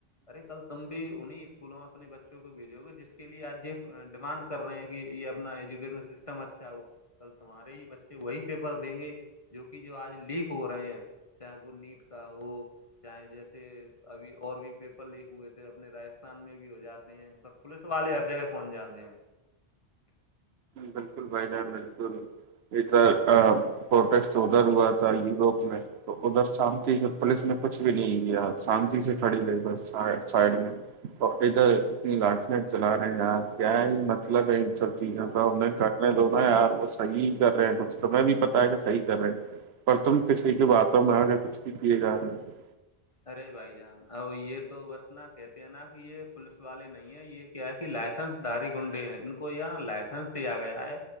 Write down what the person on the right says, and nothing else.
بالکل بھائی جان بالکل یہ تو پروٹسٹ ادھر ہوا تھا یوروپ میں تو ادھر شانتی سے پولیس نے کچھ بھی نہیں کیا شانتی سے کھڑی رہی بس سائڈ میں اور ادھر اتنی لاٹیاں چلا رہے ہیں آپ کیا ہی مطلب ہے ان سب چیزوں کا یں کرنے دوا یار وہ صحیح کر رہے ہیں تومیں بھی پتا ہے کہ صحی کر رہے پرتم کسی کی باتوں میں آگ کچھ بھی کیے جا رہے ہیں